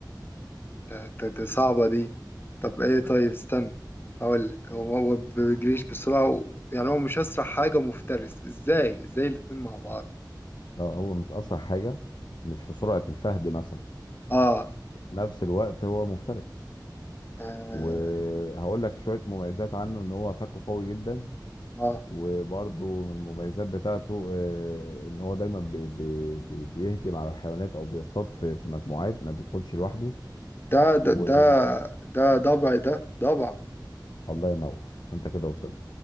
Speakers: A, on the left (about 30°); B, on the left (about 65°).
A: ده ده ده صعبة دي طب ايه طيب استنى هقولك هو ما هو بيجريش بسرعة و... يعني هو مش أسرع حاجة مفترس ازاي ازاي الاتنين مع بعض
B: لا هو مش اسرع حاجه مش في سرعه الفهد مثلا
A: اه
B: في نفس الوقت هو مفترس
A: اه,
B: وهقول لك شويه مميزات عنه ان هو فكه قوي جدا
A: آه.
B: وبرضه من المميزات بتاعته آه، ان هو دايما بي بي بي بيهجم على الحيوانات او بيصطاد في في مجموعات ما بيكونش لوحده
A: ده
B: والله
A: ده ده ده ضبع ده ضبع
B: ينور انت كده وصلت